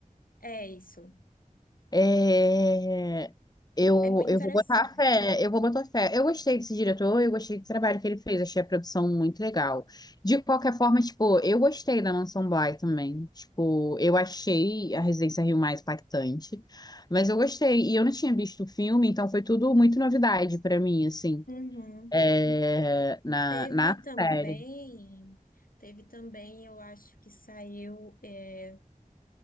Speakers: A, on the left; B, on the left.
A: É isso.
B: É, eu,
A: É muito
B: eu
A: interessante.
B: vou botar fé, eu vou botar fé. Eu gostei desse diretor, eu gostei do trabalho que ele fez, achei a produção muito legal. De qualquer forma, tipo, eu gostei da Mansão Bly também. Tipo, eu achei a Residência Rio mais impactante, mas eu gostei. E eu não tinha visto o filme, então foi tudo muito novidade pra mim, assim,
A: Uhum.
B: é, na,
A: Teve
B: na
A: também,
B: série.
A: teve também, eu acho que saiu. é,